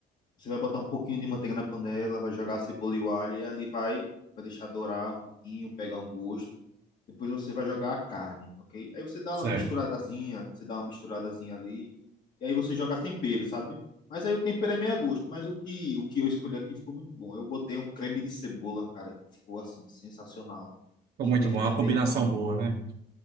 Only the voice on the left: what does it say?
Você vai botar um pouquinho de manteiga na panela, vai jogar a cebola e o alho e ali vai, vai deixar dourar um pouquinho, pegar um gosto. Depois você vai jogar a carne, ok? Aí você dá
uma misturadazinha, você dá uma misturadazinha ali. E aí você joga tempero, sabe? Mas aí o tempero é meio a gosto. Mas o que, o que eu escolhi aqui ficou muito bom. Eu botei um creme de cebola, cara, que ficou assim, sensacional.
E
teve
também
um,